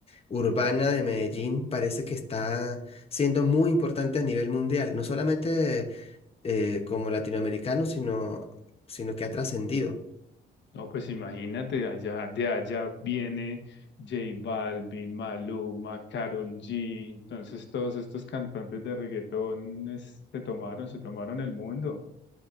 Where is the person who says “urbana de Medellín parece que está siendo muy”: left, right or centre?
Left